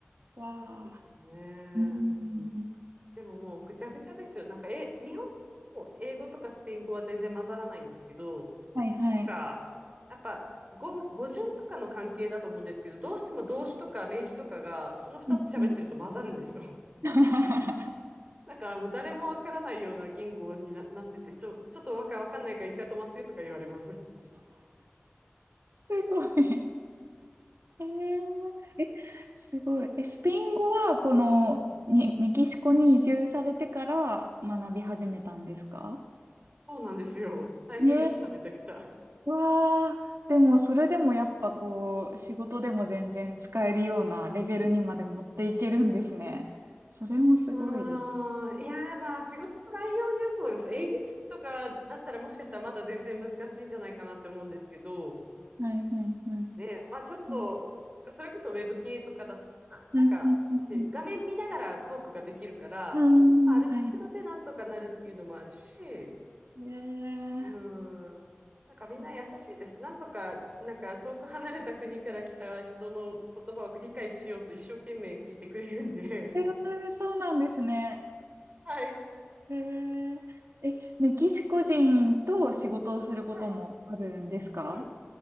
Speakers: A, on the right; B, on the right.
A: わあ。
B: そうですね。
A: うーん。
B: でももうぐちゃぐちゃですよ。なんか、え、日本語、英語とかスペイン語は全然混ざらないんですけど、
A: はいはい。
B: なんか、やっぱ、語、語順とかの関係だと思うんですけど、どうしても動詞とか名詞とかが、その二つ喋ってると混ざるんですよ。
A: うんうん。
B: <laughs>
A: <laughs>
B: だからもう誰もわからないような言語にな、なってて、ちょ、ちょっとわか、わかんないから一回止まってとか言われます。<laughs>
A: すごい。えー、え、すごい。え、スペイン語は、この、に、メキシコに移住されてから学び始めたんですか
B: そうなんですよ。大変でした、
A: ね
B: めちゃくちゃ。
A: わあ、でもそれでもやっぱこう、仕事でも全然使えるようなレベルにまで持っていけるんですね。それもすごいです。
B: うーん。いやー、まあ、仕事の内容によると思います。営業職とかだったらもしかしたらまだ全然難しいんじゃないかなって思うんですけど、
A: はいはいはい。
B: ね、まあちょっと、
A: うん、
B: それこそウェブ系とかだったら、なんか、
A: うん、うん、
B: ね、
A: うん。
B: 画面見ながらトークができるから、
A: うんはい。
B: まあある程度でなんとかなるっていうのもあるし、
A: ええ
B: うーん。なんかみんな優しいです。
A: そう。
B: なんとか、なんか遠く離れた国から来た人の言葉を理解しようと一生懸命聞いてくれるんで。
A: えーそうなんですね。
B: <laughs> はい。
A: えええ、メキシコ人と仕事をすることもあるんですか
B: はい。うん。そ